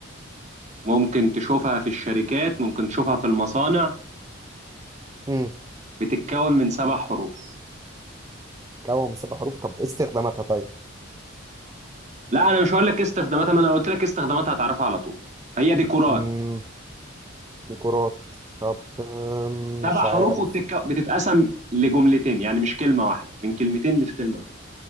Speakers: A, on the right; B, on the right.
A: ممكن تشوفها في الشركات ممكن تشوفها في المصانع
B: امم
A: بتتكون من سبع حروف
B: كوم سبع حروف طب إيه استخداماتها طيب
A: لا انا مش هقول لك إيه استخداماتها ما انا قلت لك إيه استخداماتها هتعرفها على طول هي ديكورات
B: امم ديكورات طب آم،
A: سبع
B: مش
A: حروف
B: عارف
A: وبتتك... بتتقسم لجملتين يعني مش كلمه واحده من كلمتين مش كلمه واحده